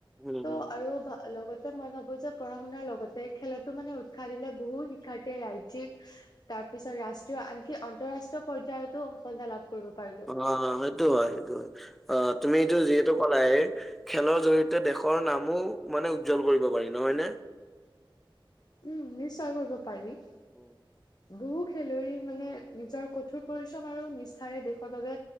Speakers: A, in the centre; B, on the left (about 50°).
A: হম
B: ত'
A: হম
B: আৰু লগতে মই ভাবো যে পঢ়া শুনাৰ লগতে খেলতো মানে উৎসাহ দিলে বহুত শিক্ষাৰ্থীয়ে ৰাজ্যিক তাৰ পিছত ৰাষ্ট্ৰীয় আনকি আন্তঃৰাষ্ট্ৰীয় পৰ্য্যায়তো সফলতা লাভ কৰিব পাৰে
A: অ সেইটো হয় সেইটো হয় অ তুমিটো যিহেতু কলাই খেলৰ জৰি়য়তে দেশৰ নামো মানে উজ্জ্বল কৰিব পাৰি, নহয় নে?
B: উম নিশ্চয় কৰিব পাৰি।
A: <unintelligible>
B: বহু খেলুৱৈ মানে নিজৰ কঠোৰ পৰিশ্ৰম আৰু নিষ্ঠাৰে দেশৰ বাবে,